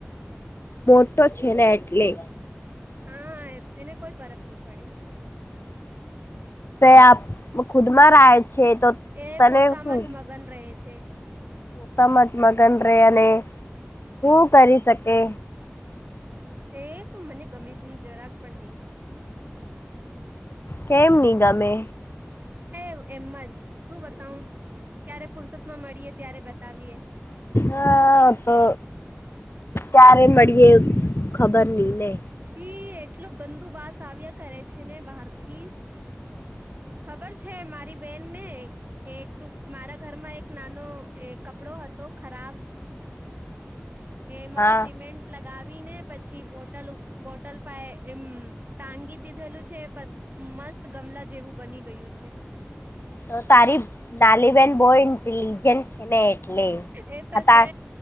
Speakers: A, on the left; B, on the right.
A: મોટો છે ને એટલે,
B: હા, તેને કોઈ ફરક નહી પડે.
A: તો એ આપ ખુદ માં રહે છે. તો,
B: એ
A: તને
B: પોતામાં
A: હું
B: જ મગન રહે છે.
A: પોતામાં જ મગન રહે અને શું કરી શકે?
B: એ તો મને ગમે જ નહીં. જરાક પણ નહીં ગમે.
A: કેમ નહીં ગમે?
B: એ એમ મજ શું બતાવું? ક્યારે ફુરસત માં મળીએ ત્યારે બતાવીએ?
A: હા તો ક્યારે મળીએે ખબર નઈ ને.
B: છી, એટલું ગંદુ વાસ આવ્યા કરે છે ને બહાર થી. ખબર છે. મારી બેનને. એક તો મારા ઘરમાં એક નાનો કપડો હતો. ખરાબ. એમાં
A: હા
B: સિમેન્ટ. લગાવીને પછી, બોટલ બોટલ પર એમ ટાંગી દીધેલું છે. મસ્ત ગમલા જેવું બની ગયું છે.
A: તો તારી નાનીબેન બહું ઇન્ટેલિજન્ટ. છે ને એટલે.
B: એ તો
A: હતા
B: છે.